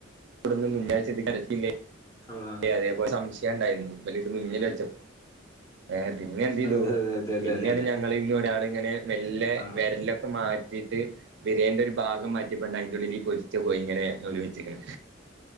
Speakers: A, on the right; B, on the left.
A: <unintelligible>
B: ആഹ്
A: എ അതേപോലെ സംശയംണ്ടായിന്നു വല് ത് മുന്നിൽ വെച്ച ഏ പിന്നെ എന്തെയ്തു.
B: അതെ അതെ അതെ അതെ
A: പിന്നെണ്
B: അതെ അതെ
A: ഞങ്ങിന്ന് ഒരാള് ങ്ങനെ മെല്ലെ
B: ആഹ്
A: വെര്ലൊക്കെ മാറ്റിട്ട്. ബിര്യേന്റെ ഒരു ഭാഗം മാറ്റ്യപ്പണ്ട് അയ്ന്റുള്ളി ലീ പൊര്ച്ച കോയി ങ്ങനെ ഓല് വെച്ചക്കണ്.